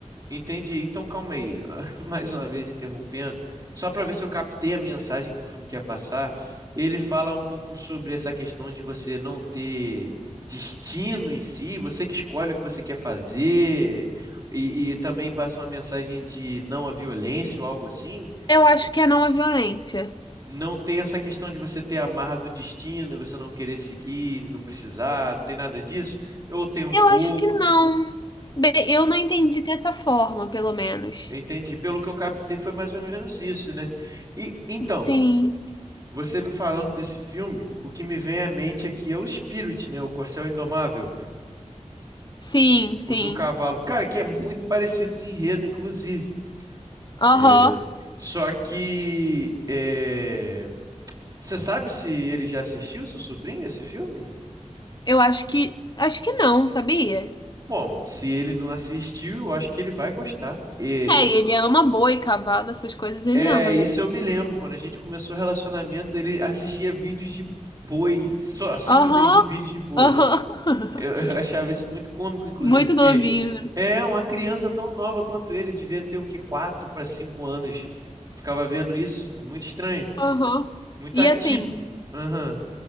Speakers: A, on the right; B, on the left.
A: Entendi. Então, calma aí. <laughs> Mais uma vez interrompendo, só para ver se eu captei a mensagem que o filme quer passar. Ele fala um pouco sobre essa questão de você não ter destino em si, você que escolhe o que você quer fazer, e, e também passa uma mensagem de não à violência ou algo assim.
B: Eu acho que é não a violência.
A: Não tem essa questão de você ter a marra do destino, você não querer seguir, não precisar, não tem nada disso. Eu tenho um
B: Eu
A: pouco.
B: acho que não. Bem, eu não entendi dessa forma, pelo menos.
A: Entendi. Pelo que eu captei, foi mais ou menos isso, né? E então,
B: Sim,
A: você me falando desse filme, o que me vem à mente aqui é o Spirit, né? O Corcel Indomável,
B: sim, sim.
A: o do cavalo. Cara, que é muito parecido no enredo, inclusive.
B: Aham.
A: É, Só que é, você sabe se ele já assistiu, seu sobrinho, esse filme?
B: Eu acho que. Acho que não, sabia?
A: Bom, se ele não assistiu, eu acho que ele vai gostar. É,
B: É,
A: es-
B: ele ama boi, cavalo, essas coisas ele
A: é,
B: ama,
A: isso
B: né?
A: eu me lembro, quando a gente começou o relacionamento, ele assistia vídeos de boi, só simplesmente
B: Aham,
A: vídeos de boi.
B: aham.
A: Eu,
B: <laughs>
A: <laughs> eu achava isso muito cômico, inclusive,
B: Muito
A: porque
B: novinho, né?
A: é uma criança tão nova quanto ele, devia ter o quê? quatro para 5 anos. Ficava vendo isso. É muito estranho,
B: Aham.
A: muito
B: E
A: atípico.
B: assim,
A: Aham.